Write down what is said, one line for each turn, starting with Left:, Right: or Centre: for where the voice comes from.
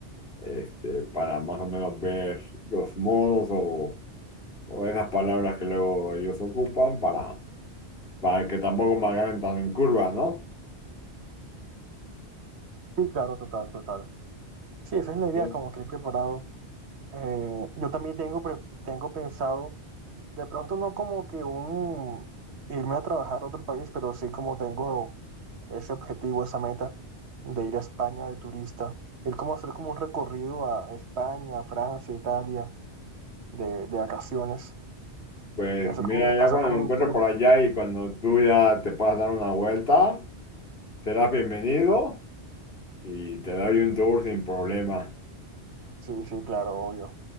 Left: este, para más o menos ver los modos o o esas palabras que luego ellos ocupan para, para que tampoco me hagan tan en curva, ¿no?
Right: Sí, claro, total, total. Sí, esa es la idea,
Left: Sí.
Right: como que ir preparado. Eh, yo también tengo, pre- tengo pensado, de pronto no como que un irme a trabajar a otro país, pero sí como tengo ese objetivo, esa meta de ir a España de turista, ir como a hacer como un recorrido a España, Francia, Italia de, de vacaciones,
Left: Pues
Right: hacer
Left: mira,
Right: como,
Left: ya
Right: hacer
Left: cuando
Right: como
Left: me
Right: un
Left: encuentre
Right: tour.
Left: por allá y cuando tú ya te puedas dar una vuelta, serás bienvenido y te doy un tour sin problema.
Right: Sí, sí, claro, obvio.